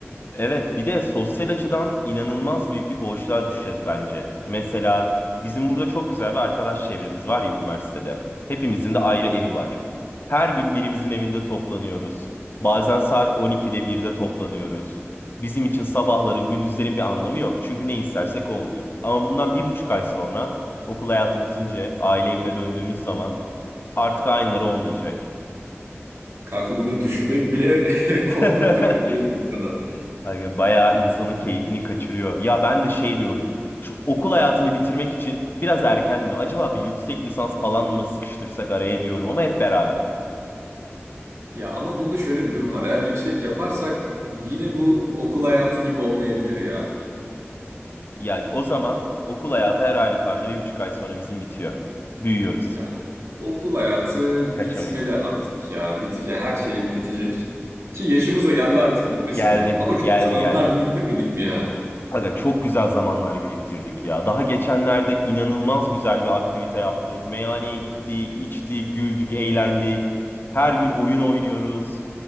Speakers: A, on the left; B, on the right.
A: Evet, bir de sosyal açıdan inanılmaz büyük bir boşluğa düşeceğiz bence. Mesela bizim burada çok güzel bir arkadaş çevremiz var ya üniversitede. Hepimizin de ayrı evi var. Her gün birimizin evinde toplanıyoruz. Bazen saat 12'de birde toplanıyoruz. Bizim için sabahların, gündüzlerin bir anlamı yok. Çünkü ne istersek o oluyor. Ama bundan bir buçuk ay sonra okul hayatı bitince aile evine döndüğümüz zaman artık aynıları olmayacak.
B: Kanka bunu düşünmek bile <laughs> korkuttu
A: <laughs>
B: beni. Öyle diyeyim sana.
A: Aga, Bayağı insanın keyfini kaçırıyor. Ya ben de şey diyorum. Şu okul hayatını bitirmek için biraz erken mi? Acaba bir yüksek lisans falan mı sıkıştırsak araya diyorum ama hep beraber.
B: Ya ama bunda şöyle bir durum var. Eğer yüksek yaparsak yine bu okul hayatı gibi olmayabilir ya.
A: Ya o zaman okul hayatı her halükarda bir buçuk ay sonra bizim bitiyor. Büyüyoruz.
B: Ya okul hayatı
A: Kaçamayız.
B: bitmeli artık ya. Bitecek, her şey bitecek. Ki yaşımız da geldi artık bitmesin
A: Geldi,
B: mi? Ama çok
A: geldi,
B: güzel
A: geldi.
B: anılar biriktirmedik mi ya?
A: Aga çok güzel zamanlar biriktirdik ya. Daha geçenlerde inanılmaz güzel bir aktivite yaptık. Meyhaneye gittik, içtik, güldük, eğlendik. Her gün oyun oynuyoruz.